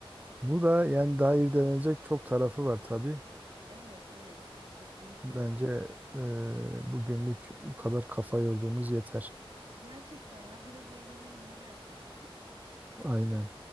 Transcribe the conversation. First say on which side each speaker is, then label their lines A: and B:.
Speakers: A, on the right; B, on the right.
A: Bu da yani daha irdelenecek çok tarafı var tabii.
B: Evet, evet. Kesinlikle.
A: Bence e, bugünlük bu kadar kafa yorduğumuz yeter.
B: Gerçekten ya biraz eğlenelim ne dersin?
A: Aynen.